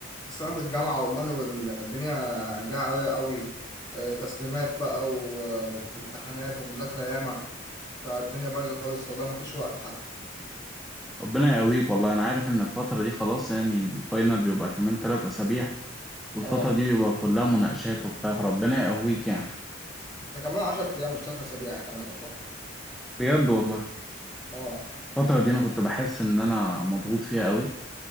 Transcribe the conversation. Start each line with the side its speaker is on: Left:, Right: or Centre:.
Left: بس أنا في الجامعة والله والدنيا جاية عليا قوي آه، تسليمات بقى و- وامتحانات ومذاكرة ياما فالدنيا بايظة خالص والله مفيش وقت حتى
Centre: ربنا يقويك والله انا عارف ان الفتره دي خلاص يعني الفاينل بيبقى كمان ثلاث اسابيع والفتره
Left: اه
Centre: دي بيبقى كلها مناقشات وبتاع ربنا يقويك يعني
Left: ده كمان 10 أيام مش تلات أسابيع كمان والله
Centre: بجد والله
Left: اه يعني
Centre: الفتره دي انا كنت بحس ان انا مضغوط فيها قوي